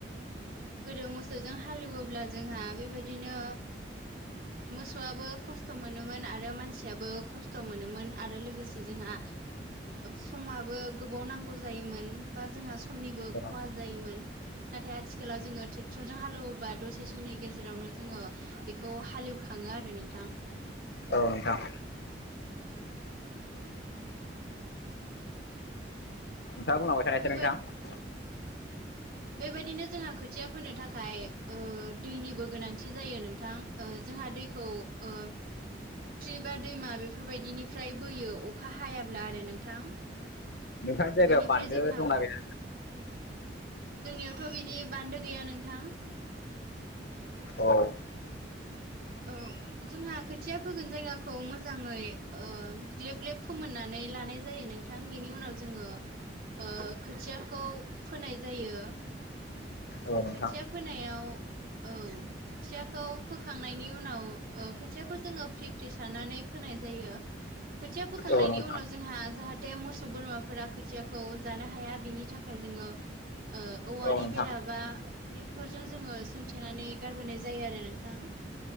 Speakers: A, on the right; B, on the left.
A: गोदो मोसौजों हालेएवोब्ला जोंहा बेबायदिनो मोसौआबो खस्थ' मोनोमोन आरो मानसियाबो खस्थ' मोनोमोन आरो लोगोसे जोंहा समाबो गोबाव नांगौ जायोमोन बा जोंहा समनिबो
B: अ
A: खहा जायोमोन नाथाय आथिखालाव आथिखालाव जोङो ट्रेक्टरजों हालएवोबा दसे समनि गेजेरावनो जोङो बेखौ हालेएवखाङो आरो नोंथां
B: औ नोंथां
A: औ
B: नोंथाङा बुंलांबाय थानायसै
A: बेबाय
B: नोंथां
A: बेबायदिनो जोंहा खोथिया फोनो थाखाय दैनिबो गोनांथि जायो नोंथां जोंहा दैखौ ओ फुख्रि बा दैमा बेफोरबायदिनिफ्राय बोयो अखा हायाब्ला आरो नोंथां
B: नोंथांनि जायगायाव
A: बिनिफ्राय
B: बान्दो
A: जोंहा
B: दंना गैया
A: जोंनियावथ' बिदि बान्दो गैया नोंथां
B: औ <unintelligible>
A: औ जोंहा खोथिया फोगोन जायगाखौ मोजाङै ग्लेब ग्लेब फोमोननानै लानाय जायो नोंथां थां बिनि उनाव जोङो ओ खोथियाखौ फोनाय जायो
B: औ नोंथां
A: खोथिया फोनायाव औ खोथियाखौ फोखांनायनि उनाव खोथियाखौ ओ जोङो फ्रि फ्रि सारनानै फोनाय जायो खोथिया फोखांनायनि
B: औ नोंथां
A: उनाव जोंहा जाहाथे मोसौ बोरमाफोरा खोथियाखौ जानो हाया बिनि थाखाय ओमफ्राय जोङो <unintelligible> औवानि
B: औ नोंथां
A: बेरा बा नेटफोरजों जोङो सोंथेनानै गारबोनाय जायो आरो नोंथां